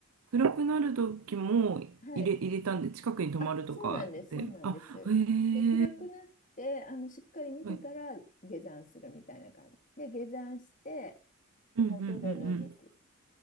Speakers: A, on the right; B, on the left.
A: 暗くなる時も入れ、
B: はい。
A: 入れたんで、近くに泊まるとかで、
B: あ、そうなんです、そうなんです。
A: あ、へ
B: で、暗くなって、
A: え
B: あのしっかり見てから下山するみたいな感じ。
A: はい。
B: で、下山して、
A: うんうんう
B: 麓で野宿。
A: ん